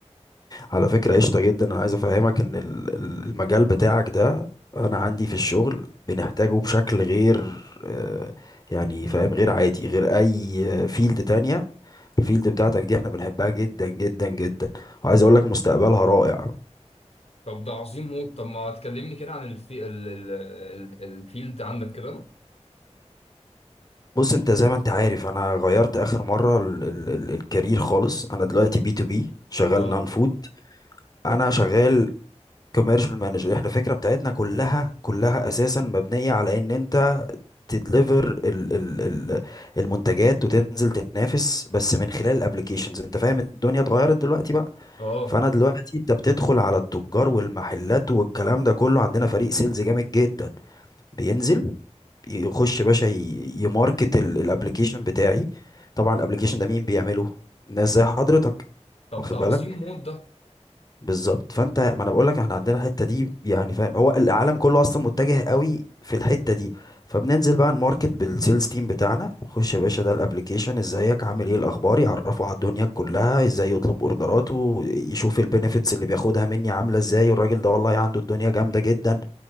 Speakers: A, on the left; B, on the left.
A: على فكرة قشطة جدا انا عايز افهمك ان ال- ال- المجال بتاعك ده انا عندي في الشغل بنحتاجه بشكل غير آه، يعني فاهم غير عادي غير اي فيلد تانية الفيلد بتاعتك دي احنا بنحبها جدا جدا جدا وعايز اقول لك مستقبلها رائع
B: <laughs> طب ده عظيم موت طب ما تكلمني كده عن الفي... ال... ال... ال... الفيلد عندك كده
A: بص انت زي ما انت عارف انا غيرت اخر مره ال ال ال الكارير خالص انا دلوقتي بي تو بي شغال
B: اه
A: نون فود انا شغال كوميرشال مانجر احنا الفكره بتاعتنا كلها كلها اساسا مبنيه على ان انت تدليفر ال ال ال المنتجات وتنزل تنافس بس من خلال الابليكيشنز انت فاهم الدنيا اتغيرت دلوقتي بقى
B: اه
A: فانا دلوقتي انت بتدخل على التجار والمحلات والكلام ده كله عندنا فريق سيلز جامد جدا بينزل يخش يا باشا ي- يماركت الابلكيشن بتاعي طبعا الابلكيشن ده مين بيعمله ناس زي حضرتك
B: طب
A: واخد
B: ده عظيم
A: بالك
B: موت ده
A: بالظبط فانت ما انا بقول لك احنا عندنا الحته دي يعني فاهم هو العالم كله اصلا متجه قوي في الحته دي فبننزل بقى نماركت بالسيلز تيم بتاعنا خش يا باشا ده الابلكيشن ازيك عامل ايه الاخبار يعرفه على الدنيا كلها ازاي يطلب اوردراته يشوف البينيفيتس اللي بياخدها مني عامله ازاي والراجل ده والله عنده الدنيا جامده جدا